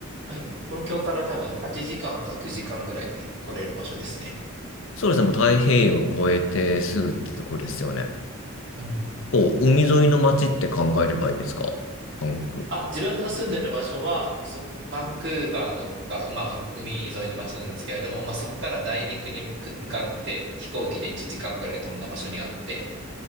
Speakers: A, on the right; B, on the left.
A: はい。東京から多分8時間か9時間ぐらいで来れる場所ですね。
B: そうですね、もう太平洋を越えてすぐってとこですよね。
A: うん。
B: こう海沿いの街って考えればいいですかバンク。
A: あ、自分の住んでる場所は、そ、バンクーバーのが、まあ、う海沿いの町なんですけれども、まあ、そこから内陸に向く向かって飛行機で1時間ぐらい飛んだ場所にあって、